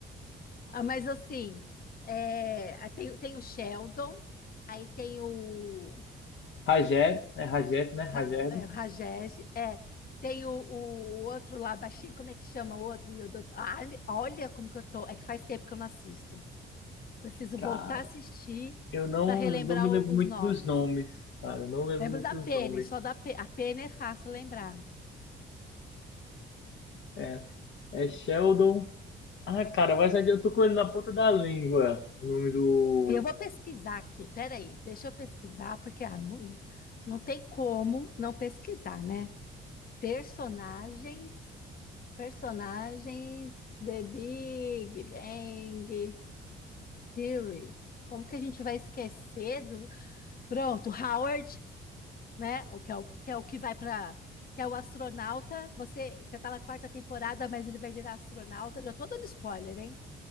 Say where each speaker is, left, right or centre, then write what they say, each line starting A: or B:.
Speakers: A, on the left; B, on the left.
A: Ah, mas assim, é, ah, tem, tem o Sheldon, aí tem o,
B: Rajed, né? Rajed, né?
A: o
B: Rajed.
A: Ra- é, o Rajesh, é, tem o, o- o outro lá baixinho, como é que chama o outro, meu Deus? Ah, me- olha como que eu tô. É que faz tempo que eu não assisto. Preciso voltar
B: Cara,
A: a assistir
B: eu não,
A: para relembrar
B: não me
A: o-
B: lembro muito
A: os nomes.
B: dos nomes, cara. Não lembro
A: Lembro
B: muito
A: da
B: dos
A: pene,
B: nomes.
A: só da pe... a pene é fácil lembrar.
B: É, é Sheldon.
A: E-
B: Ah, cara, mas eu tô com ele na ponta da língua. O nome do.
A: Eu vou pesquisar aqui, peraí, deixa eu pesquisar, porque ah, não, não tem como não pesquisar, né? Personagens, personagens, The Big Bang Theory. Como que a gente vai esquecer do... Pronto, Howard, né? O que é o que, é o que vai para... Que é o astronauta, você, você tá na quarta temporada, mas ele vai virar astronauta, já tô dando spoiler, hein?